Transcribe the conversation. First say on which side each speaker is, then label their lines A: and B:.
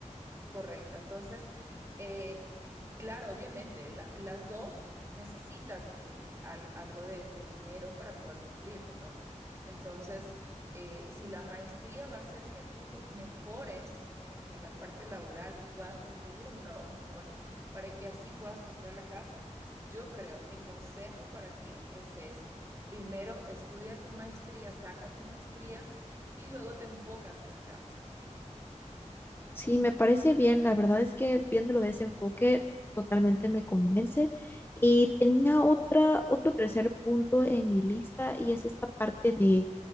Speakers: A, on the right; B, on the left.
A: Correcto. Entonces, eh, claro, obviamente, la- las dos necesitas eh, al- algo de, de dinero para poder cumplirlo, ¿no? Entonces, eh, si la maestría va a hacer que tú mejores eh, en la parte laboral y puedas conseguir un trabajo mejor para que así puedas comprar la casa, yo creo, mi consejo para ti es ese. Primero, estudia tu maestría, saca tu maestría y luego te enfocas en la casa.
B: Sí, me parece bien. La verdad es que viéndolo de ese enfoque totalmente me convence. Y tenía otra, otro tercer punto en mi lista y es esta parte de